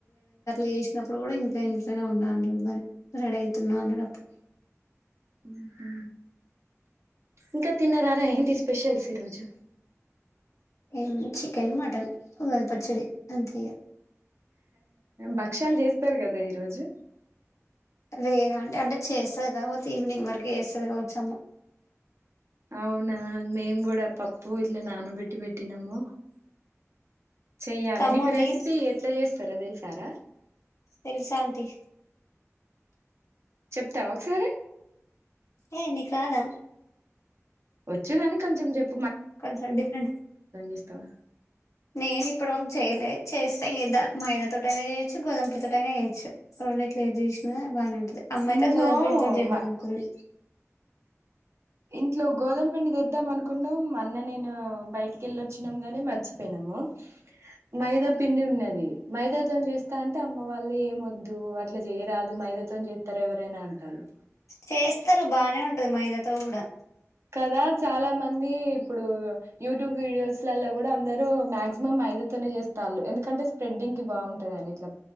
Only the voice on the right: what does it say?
మ్ హు ఇంకా తిన్నారారా ఏంటి స్పెషల్స్ ఈ రోజు
భక్ష్యాల్ జేస్తార్ గదా ఈరోజు
అవునా మేం గూడా పప్ ప్పు ఇట్లా నానబెట్టి పెట్టినాము చెయ్యాలి
నీక్ రెసిపీ ఎట్లా చేస్ స్తారో దేల్సారా
చెప్తావా ఒకసారి
వచ్చుగాని కొంచం జెప్
చేస్తావా
ఇంట్లో
మ
ఇంట్లో గోధం పిండి తెద్దాం అనుకున్నాం మర్ అన్న నేను బైటికెళ్ళొచ్చినాం గాని మర్చిపోయినాము మైదా పిండి ఉన్నది మైదాతోన్ జేస్తా అంటే అమ్మ వాళ్ళు ఏం వద్దు అట్లా జేయరాదు మై మైదతోన్ జేత్తర ఎవరైనా అంటాళ్ళు
కదా చాలా మంది ఇప్పుడు యూట్యూబ్ వీడియోస్లలో గూడా అందరు మాక్సిమం మై దతొనే జేస్తాన్లు ఎందుకంటే స్ప్రెడింగ్ కి బాగుంటదనిట్లా